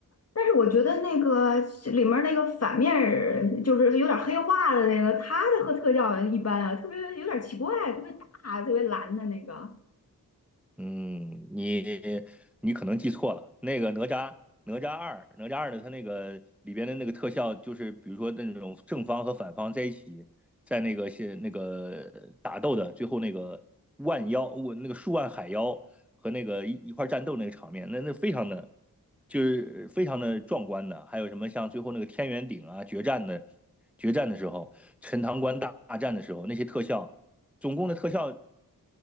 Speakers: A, on the left; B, in the centre.
A: 但是我觉得那个里面儿那个反面儿就是有点黑化的那个，他的和特效一般啊，特别有点奇怪，特别大，特别蓝的那个。
B: 嗯，你你可能记错了，那个哪吒哪吒二哪吒二的它那个里边的那个特效，就是比如说那种正方和反方在一起，在那个是那个打斗的最后那个万妖，我那个数万海妖和那个一一块战斗那个场面，那那非常的就是非常的壮观的，还有什么像最后那个天元鼎啊决战的决战的时候，陈塘关大大战的时候那些特效。总共的特效